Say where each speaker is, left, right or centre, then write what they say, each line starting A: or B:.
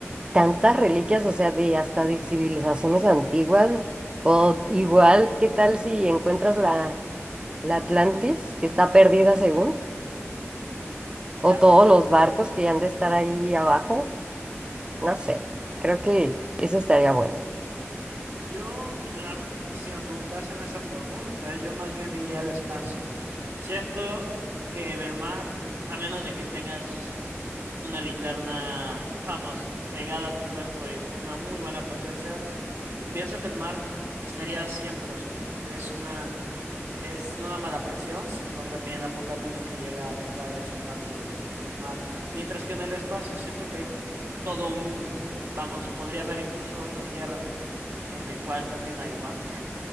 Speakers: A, on the right (about 20°); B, on the right (about 80°).
A: Tantas reliquias, o sea, de hasta de civilizaciones antiguas. O igual, ¿qué tal si encuentras la, la Atlantis, que está perdida según?
B: Ya,
A: O todos los barcos que han de estar ahí abajo. No sé, creo que eso estaría bueno.
B: yo, en la... si me preguntasen esa pregunta, yo más bien iría al espacio. Siento que en el mar, a menos de que tengas una linterna, <laughs> vamos, pegada a tu cuerpo y con una muy buena potencia, pienso que el mar estaría siempre oscuro. Es una, es no nada más la presión, sino también la poca luz que llega a tocar esa parte del, del mar. Mientras que en el espacio siento que hay todo un mundo. Vamos, podría haber incluso una tierra en el cual también haya mar,